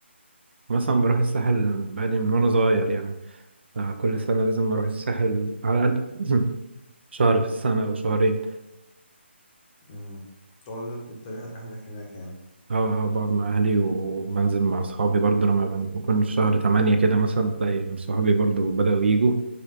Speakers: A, on the right (about 60°); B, on the left (about 25°).
A: مثلا بروح الساحل بقالي من وانا صغير يعني آه، كل سنه لازم اروح الساحل على الاقل <clears throat> شهر في السنه او شهرين
B: امم تقعد انت اهلك هناك يعني
A: اه اه بقعد مع اهلي وبنزل مع اصحابي برضه لما بن- بكون في شهر تمانية كده مثلا تلاقي صحابي برضه بدأوا يجوا